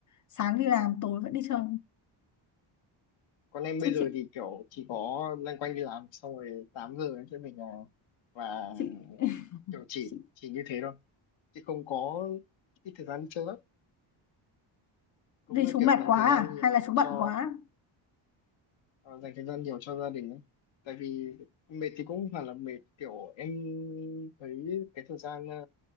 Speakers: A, on the left; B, on the left.
A: sáng đi làm tối vẫn đi
B: Đó.
A: chơi
B: Còn em
A: chứ
B: bây giờ
A: chị
B: thì kiểu chỉ có loanh quanh đi làm xong rồi 8 giờ em sẽ về nhà và
A: chị
B: kiểu chỉ
A: chị
B: chỉ như thế thôi. Chứ không có ít thời gian đi chơi lắm. Cũng
A: vì
B: là
A: chú mệt
B: kiểu dành
A: quá
B: thời gian
A: à
B: nhiều
A: hay là chú bận
B: cho
A: quá
B: à, dành thời gian nhiều cho gia đình ấy. Tại vì mệt thì cũng không phải là mệt kiểu em thấy cái thời gian ờ,